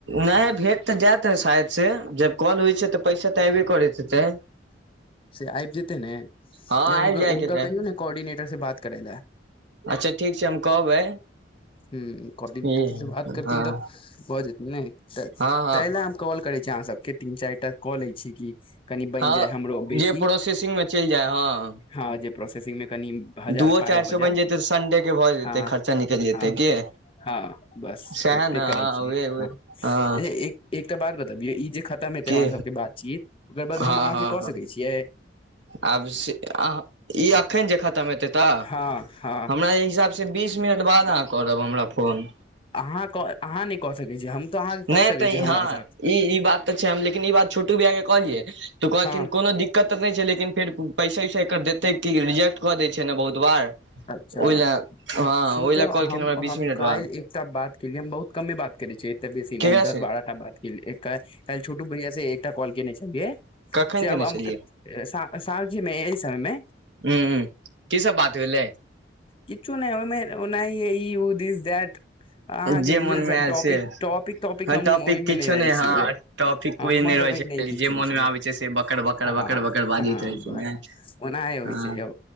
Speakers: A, on the right (about 75°); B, on the left (about 30°).
A: नय भेट तऽ जायत ह शायद से जब कॉल होइ छै तऽ पैसा तऽ अऐबे करति हेतै
B: से आबि जेते ने नय
A: हँ आबि
B: हिनक
A: जायके
B: हुनका
A: चाही
B: कहियौ ने कोर्डिनेटर से बात करे लए
A: अच्छा ठीक छै हम कहबै
B: ह कोर्डिनेटर
A: हँ
B: तऽ बात करथिन तऽ भऽ जेतनि नय
A: हँ हँ
B: तै ले कॉल करै छी अहाँ सबके तीन चारि टा कऽ लै छी कि कनि बनि
A: हँ
B: जाय हमरो बेसी
A: जे प्रोसेसिंग मे चलि जाय हँ
B: हँ जे प्रोसेसिंग मे कनि हजार
A: दूओ
B: पार
A: चारि
B: भऽ
A: सो
B: जाय
A: बनि जेतै तऽ संन्डे के भऽ जेते
B: हँ
A: खर्चा निकलि जेतै
B: हँ
A: की
B: हं बस
A: सएह
B: ओते
A: ने
B: करै
A: हँ
B: छियै
A: उहे उहे
B: हं
A: हँ
B: एक एकटा बात बताउ ई जे खतम हेतै
A: की
B: हमर सबके बातचीत ओकर बाद
A: हँ
B: हम अहाँके
A: हँ
B: कऽ
A: हँ
B: सकै छियै
A: आब से ई एखन जे खतम हेतै तऽ
B: हँ हँ
A: हमरा एहि हिसाबसँ से बीस मिनट बाद अहाँ करऽब हमरा फोन
B: आहाँ आहाँ नय कऽ सकै छीयै हम तऽ अहाँके
A: नहि
B: कऽ सकै
A: तऽ
B: छीयै
A: हँ
B: हमरा हिसाबसँ
A: ई ई बात छै हम लेकिन ई बात छोटू भैया के कहलियै तऽ कहलखिन
B: हँ
A: कोनो दिक् कत तऽ नहि छै लेकिन फेर पैसा उइसा एकर देतै कि रिजेक्ट कऽ दै छै ने बहुत बार
B: अच्छा
A: ओहि लए हँ
B: से
A: ओहि लए
B: त
A: कहलखिन
B: हम
A: हमरा
B: हम
A: बीस मिनट
B: काल्हि
A: बाद
B: एकटा बात केलियै हम बहुत कमे बात करै छियै बेसी
A: केकरा
B: नय हम दस
A: से
B: बारह टा बात केलियै काईल छोटू भैया से एक कॉल केने छलियै
A: कखन
B: से
A: केने
B: अब
A: छलियै
B: स सांझे मे यह समय मे
A: हूं की सब बात भेलै
B: किछु नय ओहिमे ओ इ दिस दटि अहाँके
A: जे
B: बुझल
A: मोन
B: छै
A: मे
B: हम
A: आयल
B: टॉपिक
A: से
B: टॉपिक टॉपिक
A: हँ
B: हम ओहिमे
A: किछो
B: नय रहै
A: नहि
B: छीयै
A: हँ
B: यौ
A: टॉपिक
B: हमर
A: कोइ नहि रहै
B: ओइ
A: छै
B: मे नय किछ
A: जे
B: होय
A: मोन
B: छै
A: मे आबै से बकर बकर
B: हँ
A: बकर बकर बाजैत
B: हँ
A: रहै छै
B: बस
A: ने हँ
B: ओनाहे होइ
A: हँ
B: छै यौ